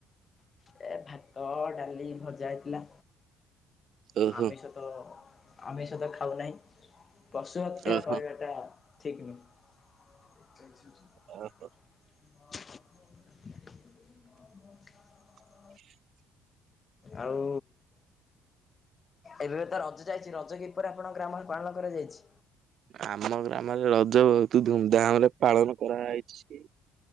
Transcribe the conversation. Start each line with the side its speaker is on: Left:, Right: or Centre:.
Left: ଏ ଭାତ, ଡାଲି, ଭଜା ହେଇଥିଲା
Right: ଓହୋ
Left: ଆମିଷ ତ ତ ଆମିଷ ତ ଖାଉନାହିଁ ପଶୁ ହତ୍ୟା
Right: ଓହୋ
Left: କରିବାଟା ଠିକ୍ ନୁହେଁ। <unintelligible>
Right: ଓ ହୋ
Left: <inaudible>
Right: <inaudible>
Left: ଆଉ ଏବେ ତ ରଜ ଯାଇଛି ରଜ କି ପରି ଆପଣଙ୍କର ଗ୍ରାମରେ ପାଳନ କରାଯାଇଛି?
Right: ଆମ ଗ୍ରାମରେ ରଜ ଧୁ ଧୁମଧାମ ରେ ପାଳନ କରାହଇଛି